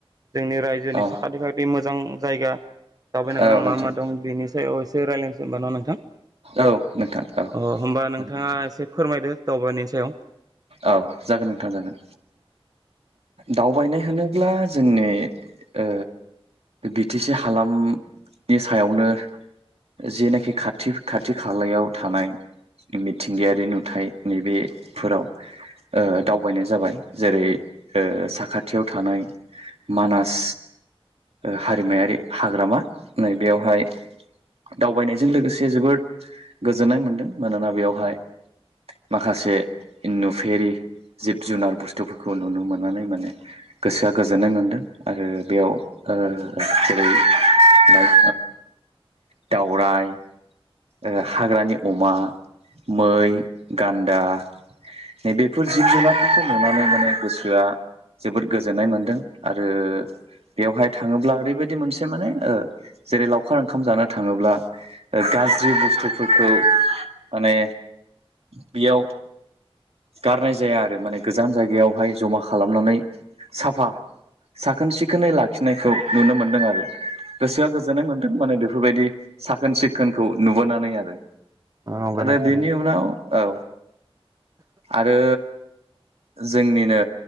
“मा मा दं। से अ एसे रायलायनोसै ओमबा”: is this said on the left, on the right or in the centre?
Right